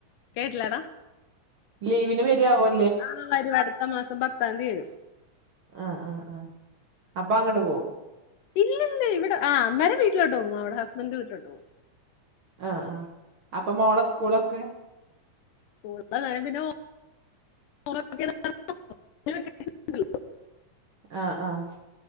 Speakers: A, on the left; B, on the right.
A: കേട്ടലടാ
B: ലീവിന് പര്യാവോ.
A: ആഹ്‌ വരും അടുത്ത മാസം പത്താതി വരും.
B: ആഹ്‌ ആഹ്‌ ആഹ്‌ അപ്പാ അങ്ങോട്ട് പോവും.
A: ഇല്ല ഇല്ല ഇവിടെ ആ അന്നേരം വീട്ടിലോട്ട് പോവു അവിടെ ഹസ്ബൻഡ് വീട്ടിലട്ട് പോവു.
B: ആഹ്‌ ആ അപ്പൊ മോളെ സ്കൂളൊക്കെ?
A: സ്കൂൾണ്ടേ കാ പിന്നെ ഓ <unintelligible>
B: ആഹ്‌ ആഹ്‌